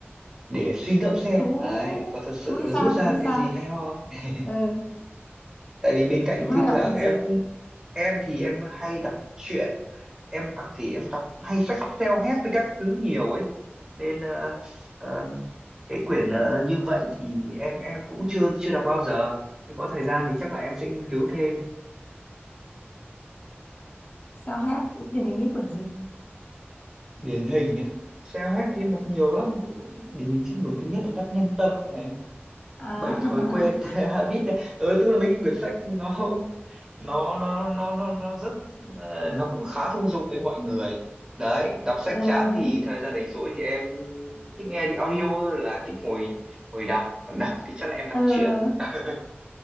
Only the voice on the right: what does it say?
để suy ngẫm xem.
Đấy, có thật sự
là rút
ra
được cái
gì hay ho. <laughs>
Tại vì bên cạnh
thi
thoảng
em
cũng em thì em hay đọc truyện em đọc thì em đọc hay sách self-help với các thứ nhiều ấy nên ờ, ờ, cái quyển ờ, như vậy thì em em cũng chưa chưa đọc bao giờ nhưng có thời gian thì chắc là em sẽ nghiên cứu thêm
điển hình nhá self-help thì em đọc nhiều lắm điển hình sách nổi tiếng nhất là Đắc Nhân Tâm này
bảy
thói quen <laughs> habit này ừ, tức là mấy cái quyển sách nó nó nó nó nó nó rất ờ, nó cũng khá thông dụng với mọi người đấy đọc sách
chán thì thời gian rảnh rỗi thì em thích nghe đi audio hơn là thích ngồi ngồi đọc còn đọc thì chắc là em đọc
truyện <laughs>